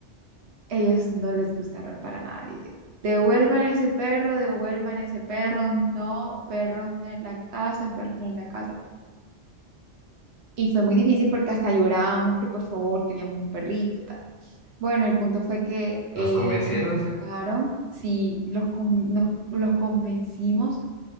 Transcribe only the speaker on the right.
Ellos no les gustaron para nada la idea. Devuelvan ese perro, devuelvan ese perro, no, perros en la casa, perros en la casa. Y fue muy difícil porque hasta llorábamos que por favor queríamos un perrito, tal. Bueno, el punto fue que eh,
nos aceptaron,
sí, los, con- nos, los convencimos,